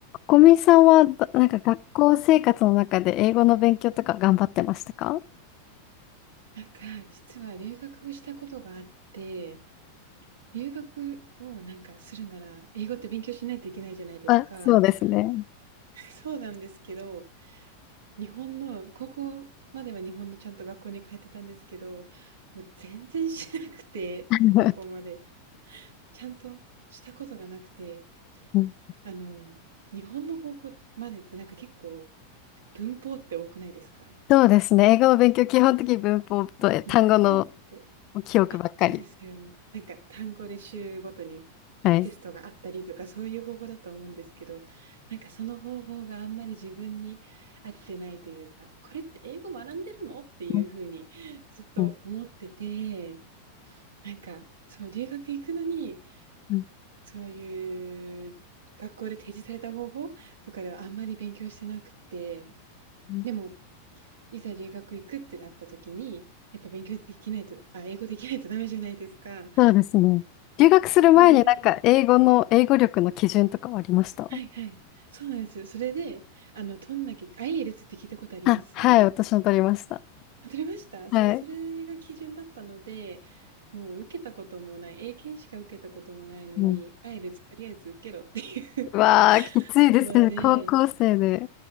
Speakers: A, on the left; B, on the right.
A: 小見さんはど、なんか学校生活の中で英語の勉強とか頑張ってましたか
B: なんか、実は留学をしたことがあって、留学をなんかするなら、英語って勉強しないといけないじゃないですか。
A: あ、そうですね。
B: <laughs> そうなんですけど、日本の、高校までは日本のちゃんと学校に通ってたんですけど、もう全然しなくて、
A: <laughs>
B: 高校まで。ちゃんとしたことがなくて、
A: うん
B: あの、日本の高校までってなんか結構文法って多くないですか
A: そうですね。英語の勉強、基本的に文法とえ単語の
B: 文法って。
A: 記憶ばっかり。
B: あ、そうですよね。なんか単語で週ごとに
A: はい。
B: テストがあったりとかそういう方法だと思うんですけど、なんかその方法があんまり自分に合ってないというか、これって英語学んでるのっていうふうにずっと思ってて、
A: うんうん
B: なんかそう留学行くのに
A: うん
B: そういう学校で提示された方法とかではあんまり勉強してなくて、
A: うん
B: でもいざ留学行くってなった時に、やっぱ勉強できないと、あ、英語できないとダメじゃないですか。
A: そうですね。留学する前になんか英語の、
B: それで、
A: 英語力の基準とかはありました
B: はいはい。そうなんですよ。それで、あの、取んなきゃ、IELTS って聞いたことあります
A: あ、はい、私も取りました。
B: あ取れましたそう、
A: はい。
B: それが基準だったので、もう受けたこともない、英検しか受けたこともないのに、
A: うん
B: IELTS とりあえず受けろっていう
A: うわあ、
B: <laughs>
A: きついですね。
B: ので、
A: 高校生で。